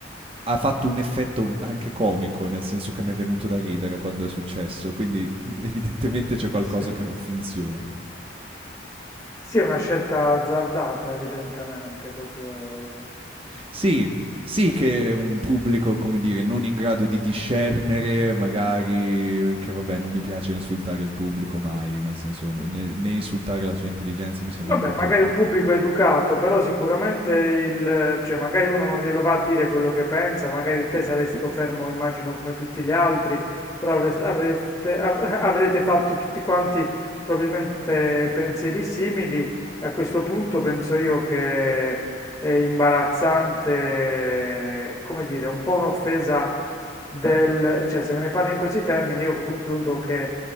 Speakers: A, on the right; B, on the left.
A: ha fatto un effetto anche comico, nel senso che mi è venuto da ridere quando è successo, quindi <laughs> evidentemente c'è qualcosa
B: sì.
A: che non funziona.
B: Sì, è una scelta azzardata, evidentemente, proprio
A: Sì, sì che è un pubblico, come dire, non in grado di discernere, magari, che vabbè, non mi piace insultare il pubblico mai, nel senso, né, né insultare la sua intelligenza mi sembra
B: Vabbè,
A: molto,
B: magari
A: molto
B: un pubblico educato, però sicuramente il, cioè magari uno non glielo va a dire quello che pensa, magari te sarai stato fermo, immagino, come tutti gli altri, però avres- avreste- av- <laughs> avrete fatto tutti quanti probabilmente pensieri simili e a questo punto penso io che è imbarazzante, come dire, un po' un'offesa del, cioè se me ne parli in questi termini io concludo che